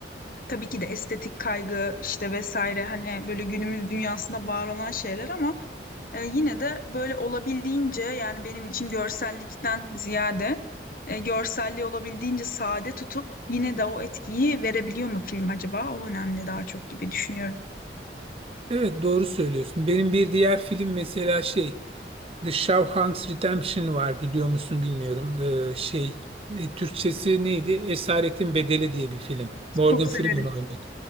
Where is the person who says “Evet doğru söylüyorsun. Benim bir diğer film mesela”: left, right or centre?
Right